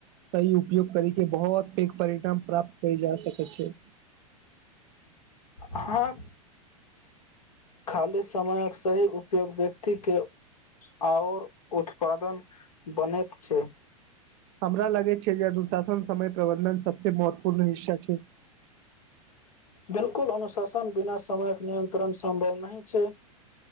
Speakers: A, on the right; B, on the left.
A: सहिी उपयोग कर के बहुत पैघ परिणाम प्राप्त क जा सक छै।
B: अहाँ खाली समयक सही उपयोग व्यक्तिके आओर उत्पादन बनैत छै।
A: हमरा लगै छै जे अनुशासन समय प्रबन्धन सबसे महत्वपूर्ण हिस्सा छै।
B: बिल्कुल अनुशासन बिना समयक नियन्त्रण सम्भव नहि छै।